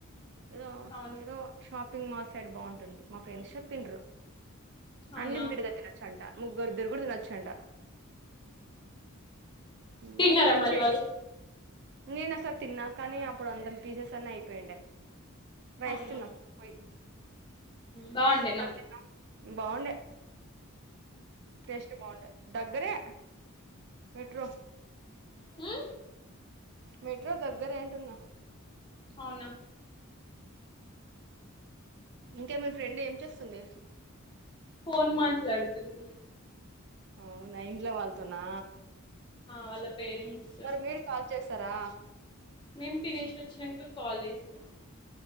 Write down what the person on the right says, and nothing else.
ఏదో
ఏదో షాప్ షపింగ్ మాల్ సైడ్ బాగుంటుంది మా ఫ్రెండ్స్ చెప్పిండ్రు
అన్లిమిటెడ్ గా తినచ్చంట ముగ్గురి ఇద్దరు కూడా తినొచ్చంట
అయితే ట్రై
చేయండి
నేను ఒసార్ తిన్నా కానీ అప్పుడు అంతం పీసెస్ అన్ని అయిపోయుండే వయస్తున్నా
పోయి
ఇద్దరు తిన్నాం బాగుండే టేస్ట్ బాగుండే దగ్గరే మెట్రో
మెట్రో దగ్గరే అంటున్న
ఇంకాే మీ ఫ్రెండ్ ఏం చేస్తుంది
అవునా ఇంట్లో వాళ్ళతోన్నా
మరి మీరు కాల్ చేస్తారా